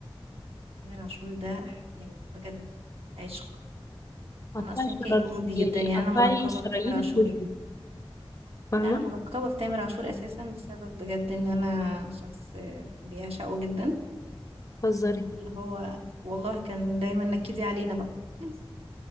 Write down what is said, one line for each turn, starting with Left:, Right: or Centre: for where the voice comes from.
Right: تامر عاشور ده ح- يعني بجد عشق
Left: قطعي
Right: انا اصلا
Left: شرايين
Right: كائن مودي
Left: يعني
Right: جدا يعني
Left: قطعي
Right: انا ملقبه
Left: شرايينك
Right: بتامر عاشور
Left: واجري فاهمة
Right: لا انا ملقبه بتامر عاشور اساسا بسبب بجد ان انا شخص بيعشقه جدا
Left: هزاري
Right: اللي هو والله كان دايما نكدي علينا بقى <laughs>